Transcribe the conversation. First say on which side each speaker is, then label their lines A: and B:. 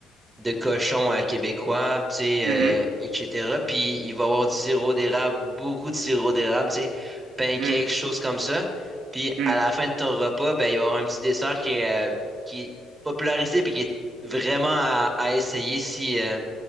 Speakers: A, on the right (about 25°); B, on the right (about 70°).
A: de cochons euh, québécois, tu sais,
B: Mmh mh.
A: euh, etc. Puis il va y avoir du sirop d'érable, beaucoup de sirop d'érable, tu sais, pancakes,
B: Mmh,
A: choses comme ça. Puis
B: mmh,
A: à la fin de ton repas, ben, il va y avoir un petit dessert qui est, euh, qui est popularisé puis qui est vraiment à, à essayer si, euh, tu